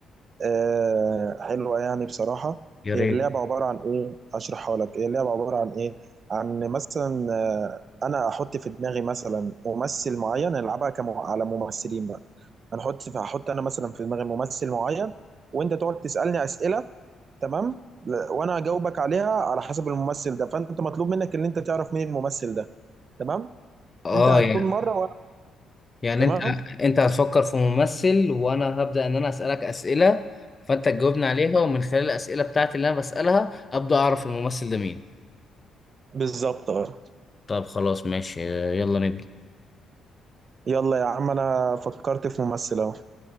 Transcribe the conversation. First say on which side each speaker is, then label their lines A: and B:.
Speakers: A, on the right; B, on the left.
A: آه، حلوه يعني بصراحه
B: يا
A: هي
B: ريت
A: اللعبه عباره عن ايه اشرحها لك هي اللعبه عباره عن ايه عن مثلا آه، انا احط في دماغي مثلا ممثل معين نلعبها كم على ممثلين بقى هنحط في هحط انا مثلا في دماغي ممثل معين وانت تقعد تسالني اسئله تمام ل- وانا اجاوبك عليها على حسب الممثل ده فانت مطلوب منك ان انت تعرف مين الممثل ده تمام
B: اه
A: انت هتكون
B: يعني
A: مره وانا
B: يعني
A: تمام
B: انت انت هتفكر في ممثل وانا هبدأ ان انا اسألك اسئلة فانت تجاوبني عليها ومن خلال الاسئلة بتاعتي اللي انا بسألها ابدأ اعرف الممثل ده مين
A: بالظبط اه
B: طب خلاص ماشي يلا نبدأ
A: يلا يا عم انا فكرت في ممثل اهو